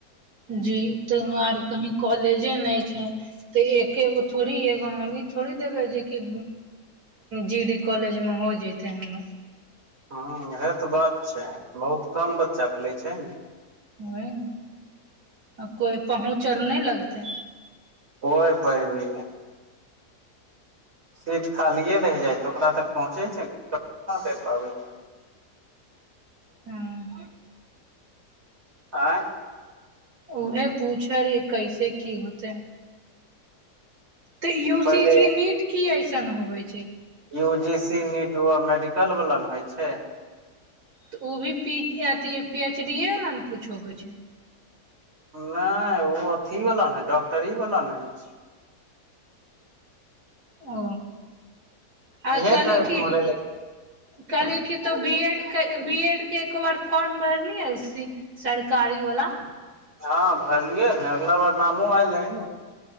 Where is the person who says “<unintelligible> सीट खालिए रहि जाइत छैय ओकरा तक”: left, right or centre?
Right